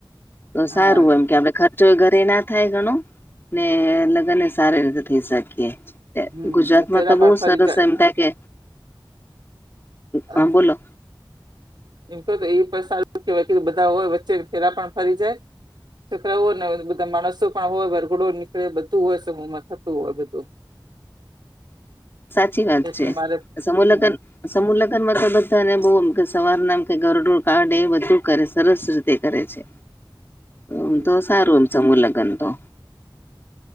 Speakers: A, on the left (about 25°); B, on the right (about 60°).
A: તો સારું
B: હા
A: એમ કે આપડે ખ ચો ઘરે ના થાય ગણો ને લગ્નને સારી રીતે થઈ શકીએ તે
B: હમ
A: ગુજરાતમાં
B: અને ફેરા
A: તો બો
B: પણ ફરી
A: સરસ
B: ચાલે
A: એમ થાય કે
B: હા
A: હ બોલો
B: એમ ક તો એ પણ સારું કે બધા હોય વચ્ચે ફેરા પણ ફરી જાય છોકરાઓ ને બધા માણસો પણ હોય વરઘડો નીકળે બધું હોય સમૂહમાં થતું હોય બધું
A: સાચી વાત
B: એટલે
A: છે,
B: મારે
A: સમુ
B: હમ
A: લગન સમૂહ લગ્ન માં તો બધાને બો કે સવારનામ કે ગરડોર કાડે બધું કરે સરસ રીતે કરે છે.
B: હમ
A: ઓમ તો સારું એમ સમુહલગન તો